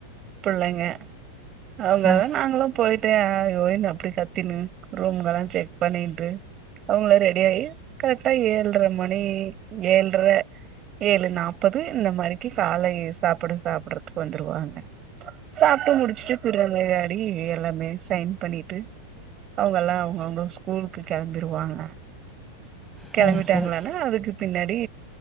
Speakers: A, on the right; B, in the centre.
A: புள்ளைங்க அவுங்களு
B: ஆ ஆ
A: நாங்களு போய்ட்டு ஆய் ஊய்னு அப்டி கத்தினு ரூம்கல்லா செக் பண்ணின்டு அவுங்களு ரெடி ஆயி கரெக்டா ஏழ்ர மணி ஏழ்ர ஏழு நாப்பது இந்த மாரிக்கி காலை சாப்புடு சாப்புடுறதுக்கு வந்துருவாங்க சாப்ட்டு முடிச்சுட்டு பிறந்காடி எல்லாமே சைன் பண்ணிட்டு அவுங்கல்லா அவுங்கவுங்க ஸ்கூலுக்கு கெளம்பிருவாங்க கெளம்பிட்டாங்களானா
B: சேரி சேரி
A: அதுக்கு பின்னாடி